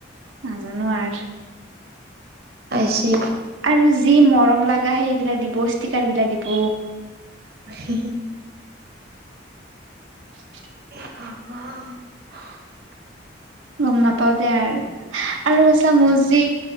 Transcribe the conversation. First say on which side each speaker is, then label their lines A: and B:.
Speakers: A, on the right; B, on the right.
A: নাজানো আৰু।
B: আহিছি।
A: আৰু যি মৰম লাগে সেইগিলা দিব ষ্টিকাৰ গিলা দিব।
B: হি হি হি।
A: অ <unintelligible>
B: <unintelligible>
A: গম নাপাও দে আৰ আৰু আছা মজি